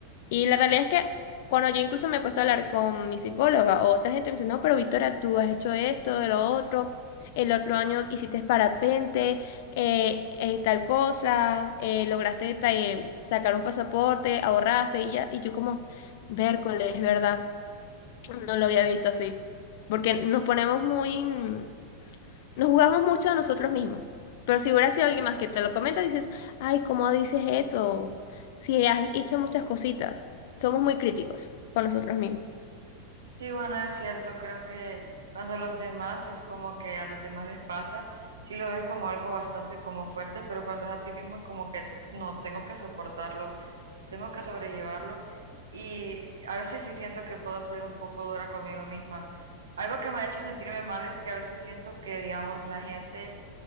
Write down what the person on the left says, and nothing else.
Y la realidad es que cuando yo incluso me he puesto a hablar con mi psicóloga, o otra gente me dice, no, pero Victoria, tú has hecho esto, de lo otro, el otro año hiciste parapente, eh, eh, tal cosa, eh, lograste ta- eh, sacar un pasaporte, ahorraste y ya. Y yo como, vércoles, es verdad, no lo había visto así. Porque nos ponemos muy, mm, nos jugamos mucho a nosotros mismos. Pero si hubiera sido alguien más que te lo comenta, dices, ay, ¿cómo dices eso? Si has hecho muchas cositas. Somos muy críticos con nosotros mismos.